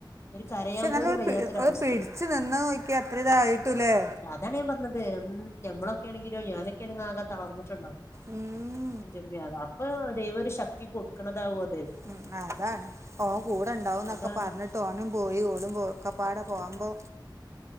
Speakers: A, on the left; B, on the right.
A: ഒരു കരയാൻ
B: പക്ഷെ നല്ല
A: പോലും
B: ഒരു
A: വയ്യാത്തൊരവസ്ഥക്കണ്
B: പി- ഒരു പിടിച്ച് നിന്ന് നോക്കി അത്ര ഇതായിട്ടില്ലേ
A: അല്ല അതാണ് ഞാൻ പറഞ്ഞത്, ഉം ഞമ്മളൊക്കെ ആണെങ്കിലോ ഞാനൊക്കെ ക്കെ ആണെങ്കി ആകെ തളർന്നിട്ടുണ്ടാവും
B: ഉം
A: എന്റെമ്മേ അത് അപ്പൊ ദൈവം ഒരു ശക്തി കൊടുക്കണതാവും അത്
B: ഉം അതാണ് ഓൻ കൂടെണ്ടാവും എന്നൊക്കെ
A: അതാണ്
B: പറഞ്ഞിട്ട് ട്ട് ഓനും പോയി, ഓളും പോ ഒക്കപ്പാടെ പോകുമ്പോൾ